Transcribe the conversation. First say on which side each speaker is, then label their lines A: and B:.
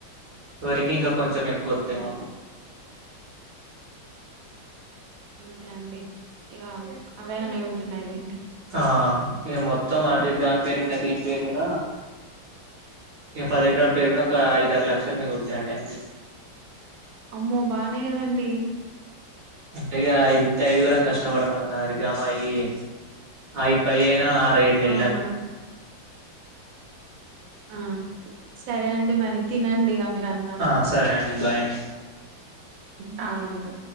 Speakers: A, on the right; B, on the right.
A: వరికి ఇంకా కొంచెం ఎక్కువ వస్తాయి
B: ఆహా
A: ఏమో
B: అంతే అండి ఇగ అవ్వైనా మిగులుతున్నాయిలేండి
A: ఆ ఇగ మొత్తం అ దాని పేరు మీద దీని పేరు మీద ఇ పది ఎకరాల పేరు మీద ఒక ఐదు ఆరు లక్షలు మీగులుతాయండి అంతే
B: అమ్మో బానే కదండి
A: అంటే ఇగ ఇంట్ల ఐదుగురం కష్టపడుతాన్నాము గా మాత్రం సంపాదించాలి ఆరు ఏడు నెలలు
B: అవునా
A: అండి
B: ఆ సరే అండి మరి తినండి ఇక మీరు అన్నం
A: ఆ సరే బాయ్ అండి
B: ఆ ఉంటా